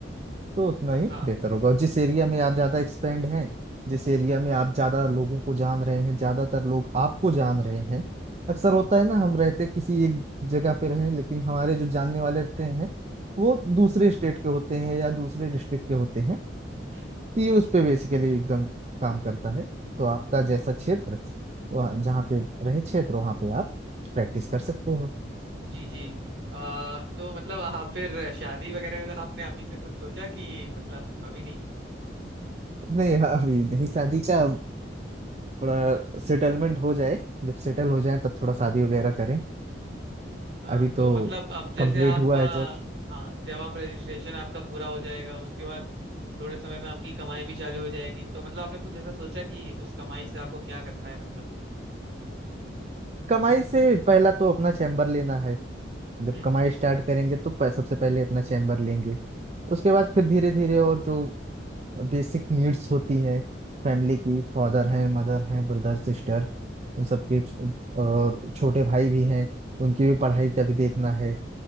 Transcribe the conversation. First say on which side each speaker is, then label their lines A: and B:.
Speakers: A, on the right (about 35°); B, on the right (about 60°).
A: तो उतना ही
B: हाँ
A: बेहतर होगा और जिस एरिया में आप ज्यादा एक्सपेंड हैं जिस एरिया में आप ज्यादा लोगों को जान रहे हैं ज्यादातर लोग आपको जान रहे हैं अक्सर होता है ना हम रहते किसी एक जगह पे रहे लेकिन हमारे जो जानने वाले रहते हैं वो दूसरे स्टेट के होते हैं या दूसरे डिस्ट्रिक्ट के होते हैं
B: हम्म
A: तो ये उस पे बेसिकली एकदम काम करता है तो आपका जैसा क्षेत्र वह जहाँ पे रहे क्षेत्र वहां पे आप प्रैक्टिस कर सकते हो
B: जी जी आ, तो मतलब आप फिर शादी वगैरह का आपने अभी से कुछ सोचा कि मतलब अभी नहीं
A: नहीं अभी नहीं शादी का थोड़ा सेटलमेंट हो जाए जब सेटल हो जाए तब थोड़ा शादी वगैरह करें
B: हाँ
A: अभी
B: तो
A: तो
B: मतलब अब जैसे
A: कंप्लीट
B: आप
A: हुआ
B: अ,
A: है जस्ट
B: हाँ जब आप रजिस्ट्रेशन आपका पूरा हो जाएगा उसके बाद थोड़े समय में आपकी कमाई भी चालू हो जाएगी तो मतलब आपने कुछ ऐसा सोचा कि उस कमाई से आपको क्या करना है मतलब
A: कमाई से पहला तो अपना चैम्बर लेना है जब
B: हम्म।
A: कमाई स्टार्ट करेंगे तो प- सबसे पहले अपना चैम्बर लेंगे उसके बाद फिर धीरे धीरे और जो बेसिक नीड्स होती हैं फैमिली की फादर हैं मदर हैं ब्रदर सिस्टर उन सबके छ- और छोटे भाई भी हैं उनकी भी पढ़ाई का भी देखना है